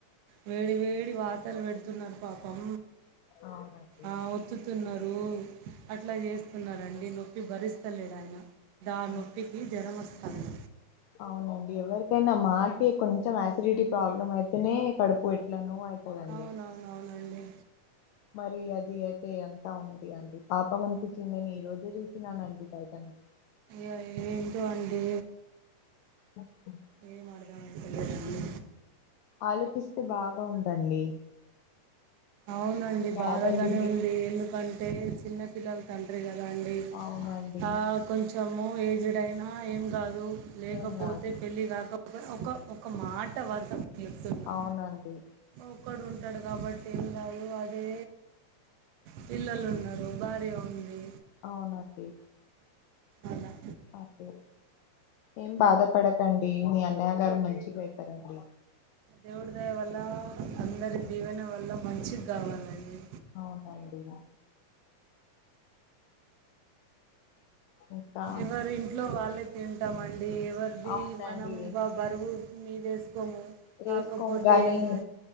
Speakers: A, on the right (about 85°); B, on the left (about 90°).
A: వేడి వేడి వాాతలు పెడుతున్నారు పాపం.
B: అవునండి
A: ఆ ఒత్తుతున్నారు న్నారు అట్లా చేస్తున్నరండి నొప్పి భరిస్తలేడు ఆయన ద
B: ఆ
A: నొప్పి. కి జ్వరమస్తాంది
B: అవునండి ఎవరికైనా మాకే కొంచెం ఆసిడిటీ ప్రాబ్లం అయితేనే కడుపు ఎట్లనొ అయిపోద్ది దండి
A: అవునవునవునండి.
B: మరి అది అే అంతా ఉంది అండి పాపం అనిపించింది నేను ఈ రోజే చూసినానండి బయటనె
A: ఇక ఏంటో అండి
B: <inaudible>
A: ఏం అర్ధమైతలేదండి
B: ఆలోచిస్తు బాగా ఉండండి.
A: అవునండి
B: కాదండి
A: బాధగానే
B: మీ
A: ఉంది ఎందుకంటే చిన్న పిల్లల తండ్రి కదండి
B: అవునండి
A: ఆ కొంచము ఏజ్డ్ అయినా ఏం కాదు లేకపోతే
B: ఏం కాదు
A: పెళ్ళి కాక ఒక్క ఒక ఒక మాట వరస చెప్తున్నా
B: అవునండి
A: ఒక్కడు ఉంటాడు కాబట్టి ఏం కాదు అదే పిల్లలు ఉన్నారు భార్య ఉంది
B: అవునండి
A: అలా
B: ఓకే ఏం బాధపడకండి మీ అన్నయ్య గారు మంచిగయితారండి
A: దేవుడిదయ వల్ల అందరి దీవెన వల్ల మంచిగ్గావాలండి
B: అవునండి ఇంకా
A: ఎవరి ఇంట్లో వాళ్ళే తింటామండి ఎవరిది
B: అవునండి
A: మనం బా బరువు మీదేసుకోము
B: వేసుకోం
A: కాకపోతే
B: గాని
A: ఏమో